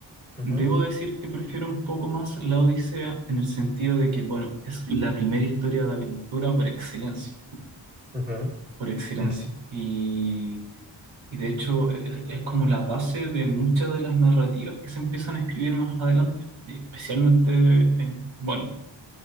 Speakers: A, on the right; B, on the right.
A: Ujú,
B: debo decir que prefiero un poco más la Odisea en el sentido de que, bueno, es la primera historia de aventura por excelencia,
A: ujú,
B: por excelencia.
A: ujú,
B: Y, y de hecho, eh, es como la base de muchas de las narrativas que se empiezan a escribir más adelante, especialmente en, bueno,